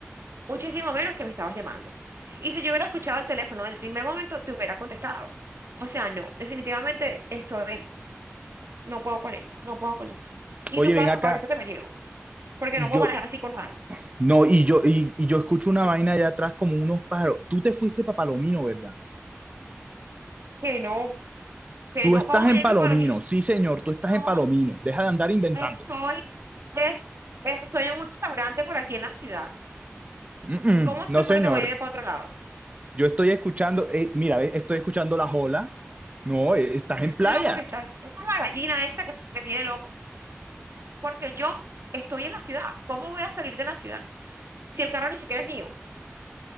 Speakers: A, on the right; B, on the right.
A: muchísimo menos que me estabas llamando. Y si yo hubiera escuchado el teléfono del primer momento, te hubiera contestado. O sea, no, definitivamente estoy, no puedo con esto, no puedo con esto. Y
B: Oye,
A: tu carro,
B: ven acá,
A: ahorita te lo llevo, porque
B: y
A: no puedo
B: yo,
A: manejar así con rabia.
B: no, y yo, y, y yo escucho una vaina allá atrás como unos pájaros. Tú te fuiste para Palomino, ¿verdad?
A: Que no, que
B: Tú
A: no,
B: estás
A: vamos
B: en
A: a
B: Palomino,
A: mi para mí.
B: sí señor, tú estás
A: No,
B: en Palomino, deja de andar inventando.
A: Estoy, es- estoy en un restaurante por aquí en la ciudad.
B: Mm, mm,
A: ¿Cómo se
B: no
A: te ocurre
B: señor.
A: que voy a irme para otro lado?
B: Yo estoy escuchando, eh, mira, ve, estoy escuchando las olas. No, eh, estás en playa.
A: Loco que estás. Esa es la gallina esa que, que tiene loco. Porque yo estoy en la ciudad. ¿Cómo voy a salir de la ciudad? Si el carro ni siquiera es mío.